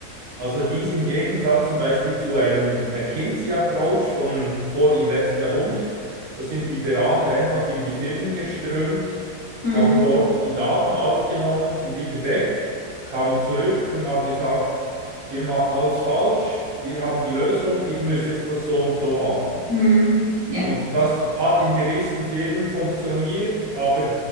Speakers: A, on the right; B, on the left.
A: Also dies im Gegensatz zum Beispiel zu einem McKinsey-Approach von vor im letzten Jahrhundert. Da sind die Berater einfach in die Firmen geströmt,
B: Mhm.
A: haben dort die Daten aufgenommen, sind wieder weg, kamen zurück und haben gesagt, ihr macht alles falsch, wir haben die Lösung, ihr müsst jetzt das so und so machen.
B: Mhm. Ja,
A: Und das hat in gewissen Firmen funktioniert, aber